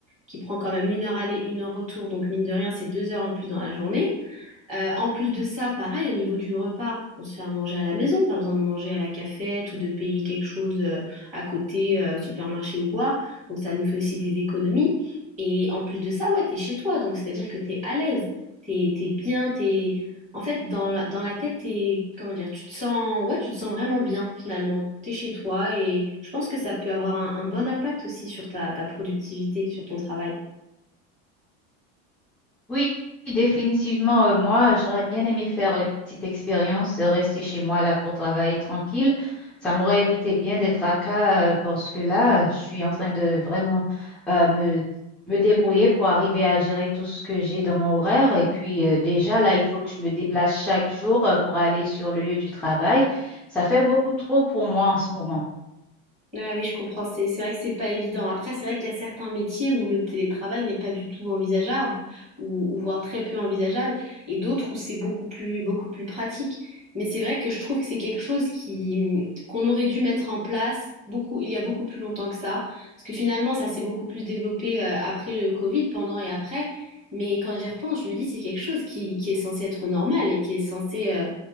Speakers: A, on the right (about 20°); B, in the centre.
A: qui prend quand même une heure aller, une heure retour. Donc, mine de rien, c'est deux heures en plus dans la journée. Euh, en plus de ça, pareil, au niveau du repas, on se fait à manger à la maison, pas besoin de manger à la cafette ou de payer quelque chose euh, à côté euh, au supermarché ou quoi. Donc ça nous fait aussi des économies. Et en plus de ça, ouais, t'es chez toi, donc c'est-à-dire que t'es à l'aise, t'es, t'es bien, t'es... En fait, dans la, dans la tête, t'es, comment dire, tu te sens, ouais, tu te sens vraiment bien finalement. T'es chez toi et je pense que ça peut avoir un, un bon impact aussi sur ta ta productivité, sur ton travail.
B: Oui, définitivement, euh, moi, j'aurais bien aimé faire les petites expériences, euh, rester chez moi là pour travailler tranquille. Ça m'aurait évité bien des tracas euh, parce que là, je suis en train de vraiment euh, me, me débrouiller pour arriver à gérer tout ce que j'ai dans mon horaire. Et puis euh, déjà, là, il faut que je me déplace chaque jour euh, pour aller sur le lieu du travail. Ça fait beaucoup trop pour moi en ce moment.
A: Ah oui, je comprends. C'est c'est vrai que c'est pas évident. Après, c'est vrai qu'il y a certains métiers où le télétravail n'est pas du tout envisageable, ou, ou voire très peu envisageable, et d'autres où c'est beaucoup plus beaucoup plus pratique. Mais c'est vrai que je trouve que c'est quelque chose qui qu'on aurait dû mettre en place beaucoup il y a beaucoup plus longtemps que ça, parce que finalement ça s'est beaucoup plus développé euh, après le Covid, pendant et après. Mais quand j'y repense, je me dis c'est quelque chose qui qui est censé être normal et qui est censé, euh,